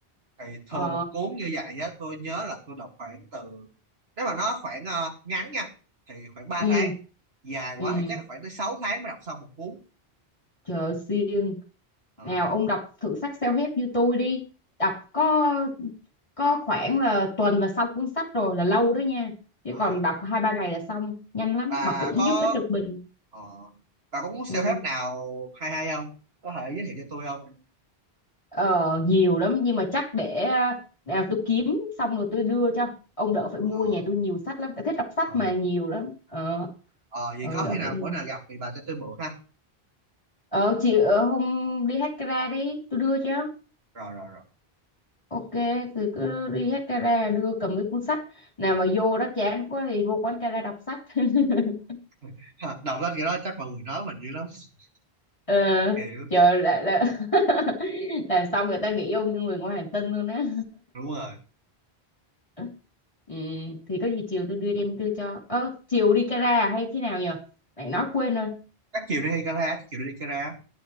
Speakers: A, on the right; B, on the left.
A: thì
B: ờ
A: thường một cuốn như vậy á tôi nhớ là tôi đọc khoảng từ nếu mà nó khoảng ờ, ngắn nha thì khoảng ba
B: ừ
A: tháng dài
B: ừ
A: quá thì chắc là khoảng tới 6 tháng mới đọc xong một cuốn
B: trời ơi, siêng
A: Ờ,
B: nào ông đọc thử sách self-help như tôi đi đọc có có khoảng là tuần là xong cuốn sách rồi là lâu đó nha chứ
A: ờ.
B: còn đọc hai ba ngày là xong nhanh lắm
A: bà
B: mà cũng
A: có
B: giúp ích được mình
A: ờ, bà có muốn self-help
B: ừ.
A: nào hay hay không có thể giới thiệu cho tôi không
B: ờ, nhiều lắm nhưng mà chắc để à, nào tôi kiếm xong rồi tôi đưa cho ông đỡ phải
A: ờ,
B: mua nhà tôi nhiều sách lắm tôi thích đọc sách
A: ờ,
B: mà nhiều lắm
A: à.
B: ờ,
A: Ờ, vậy
B: ờ
A: có
B: đỡ
A: khi nào
B: phải mua
A: bữa nào gặp thì bà cho tôi mượn ha
B: ờ chị ở hôm đi hát ra đi tôi đưa cho
A: rồi rồi rồi
B: Ok, thì cứ đi hết gara đưa cầm mấy cuốn sách nào mà vô đó chán quá thì vô quán gara đọc sách <laughs>
A: <laughs> đọc lên kiểu đó chắc mọi người nói mình dữ lắm <laughs>
B: ờ,
A: kiểu
B: chờ là, là <laughs> làm xong người ta nghĩ ông như người ngoài hành tinh luôn á
A: đúng rồi
B: <laughs> ừ, thì có gì chiều tôi đưa em đưa cho ờ, chiều đi gara à hay khi nào nhờ mày nói quên rồi
A: chắc chiều đi Kara chắc chiều đi Kara